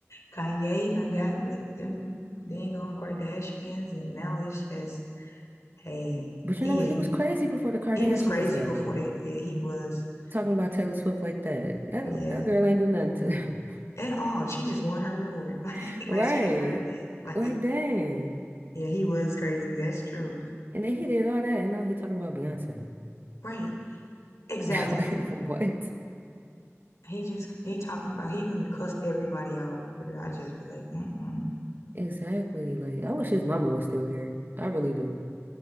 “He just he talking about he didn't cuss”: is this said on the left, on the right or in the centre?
Left